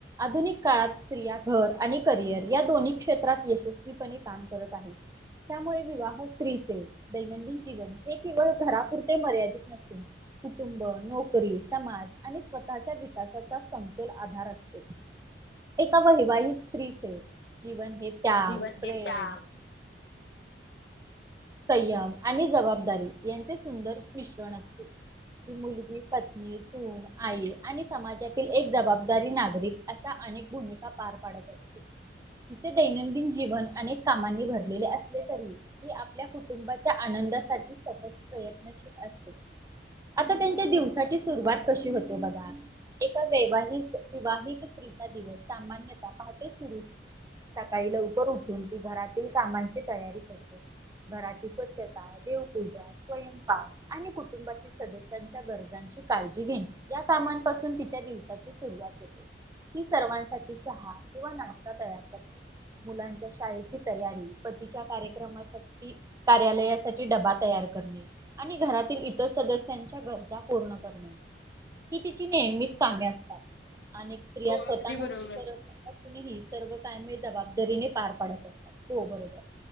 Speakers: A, on the right; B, on the left.
A: आधुनिक काळात स्त्रिया घर आणि करिअर या दोन्ही. क्षेत्रात यशस्वीपणे काम करत आहे. त्यामुळे विवाह स्त्रीचे दैनंदिन जीवन हे केवळ घरापुरते मर्यादित नसते. कुटुंब नोकरी समाज आणि स्वतःच्या विकासाचा समतोल आधार अस. एका वैवाह स्त्रीचे जीवन हे त्याग
B: जीवन
A: प्रेम.
B: हे त्याग
A: संयम आणि जबाबदारी यांचे सुंदर मिश्रण असते. मुलगी पत्नी सून आई आणि समाजातील एक जबाबदारी नागरिक अशा अनेक. भूमिका पार पाडत असते. इथे दैनंदिन जीवन अनेक कामांनी भरलेले असले तरी मी. आपल्या कुटुंबाच्या आनंदासाठी सतत प्रयत्नशील असते. आता त्यांच्या दिवसाची सुरुवात कशी होते बघा. एका वैवाहिक विवाहिक स्त्रीचा दिवस सामान्यत पहाटे सुरू होते. सकाळी लवकर उठून ती घरातील कामांची तयारी करते. घराची स्वच्छता देवपूजा. स्वयंपा आणि कुटुंबातील सदस्यांच्या गरजांची काळजी घेन या कामांपासून तिच्या दिवशी. सुरवात होते ती सर्वांसाठी चहा किंवा नाश्ता तयार करते. मुलांच्या शाळेची तयारी पतीच्या कार्यक्रमासाठी कार्यालयासाठी डबा तयार करणे आणि घरातील इतर सदस्यांच्या गरजा पूर्ण करणे ही तिची नेहमीच कामे असतात अनेक स्त्रिया स्वतः
B: हो अगदी
A: नोकरी
B: बरोबर
A: करत असतात हे सर्व कामे जबाबदारीने पार पाडतात हो बरोबर